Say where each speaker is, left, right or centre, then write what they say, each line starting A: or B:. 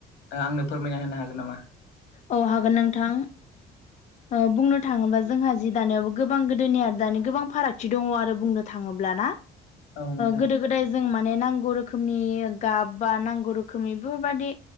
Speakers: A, on the left; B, on the left.
A: आंनो फोरमायना होनो हागोन नामा?
B: औ हागोन नोंथां ओ बुंनो थाङोबा जोंहा जि दानायाव गोबां गोदोनि आरो दानि गोबां फारागथि दङ आरो बुंनो थाङोब्लाना।
A: औ नोंथां
B: गोदो गोदाय जों माने नांगौ रोखोमनि गाब बा नांगौ रोखोमनि बेफोरबायाददि